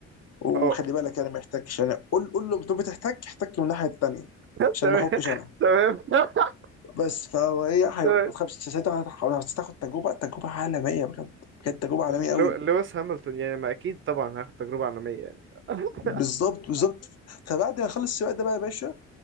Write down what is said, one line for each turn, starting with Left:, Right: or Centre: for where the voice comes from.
Left: وخلي
Right: اه
Left: بالك يعني ما يحتكش يعني قول قول له انت بتحتك احتك من الناحيه الثانيه
Right: تمام
Left: عشان ما احكش انا
Right: تمام <laughs>
Left: بس فهو ايه حي-
Right: تمام
Left: ما تخافش ساعتها هت- هتاخد تجربه تجربه عالميه بجد بجد تجربه عالميه
Right: لو-
Left: قوي
Right: لويس هامilton يعني ما اكيد طبعا هاخد تجربه عالميه يعني <laughs>
Left: بالظبط بالظبط فبعد ما اخلص السباق ده بقى يا باشا